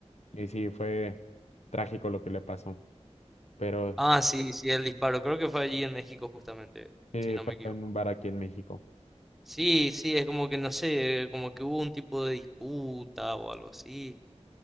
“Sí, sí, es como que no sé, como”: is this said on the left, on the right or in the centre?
Centre